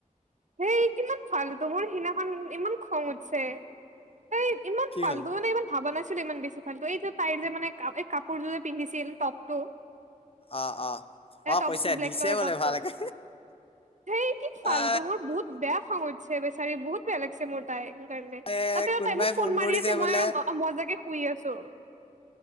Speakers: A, on the right; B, on the left.
A: হেই কিমান ফালতো, মোৰ সিদিনাখন ইমান খং উঠছে। হেই ইমান
B: কি
A: ফালতু
B: হ'ল
A: মানে ইমান ভাবা নাছিলো ইমান বেছি ফালতু এই যে তাই যে মানে এই কাপোৰযোৰ যে পিন্ধিছিল টপটো।
B: অ অ।
A: এ
B: অ
A: টপ
B: কৈছে
A: আছিল ব্লেক
B: দিছে
A: কালাৰ
B: বোলে
A: টপটো
B: ভালকে
A: সেই কি ফালতু
B: অ
A: বহুত বেয়া খং উঠছে বেচাৰি বহুত বেয়া লাগিছে মোৰ তাইৰ কাৰণে।
B: এ
A: তাতে
B: কোনোবাই
A: তাই মোক ফোন মাৰি
B: কৰিছে
A: আছে
B: বোলে
A: মই আৰু ঘৰত মজাকে শুই আছো।